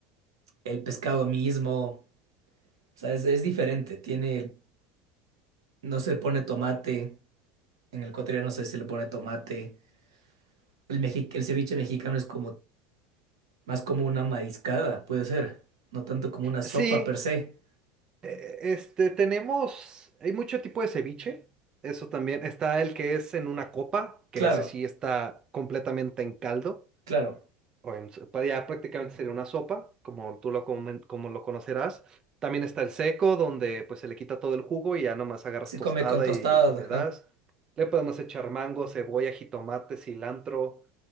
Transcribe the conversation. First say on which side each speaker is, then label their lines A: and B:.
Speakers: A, on the right; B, on the right.
A: el pescado mismo, o sea, es, es diferente, tiene, no se le pone tomate, en el ecuatoriano no sé si le pone tomate. El, mexi- el ceviche mexicano es como más como una mariscada, puede ser, no tanto como una sopa
B: Sí.
A: per se.
B: Eh, Este, tenemos, hay mucho tipo de ceviche, eso también. Está el que es en una copa, que
A: Claro,
B: ese sí está completamente en caldo,
A: claro.
B: o en, s- ya prácticamente sería una sopa, como tú lo, comen- como lo conocerás. También está el seco, donde pues se le quita todo el jugo y ya nomás agarras
A: Se
B: tostada
A: come con tostadas,
B: y, y le
A: ajá.
B: das. Le podemos echar mango, cebolla, jitomate, cilantro,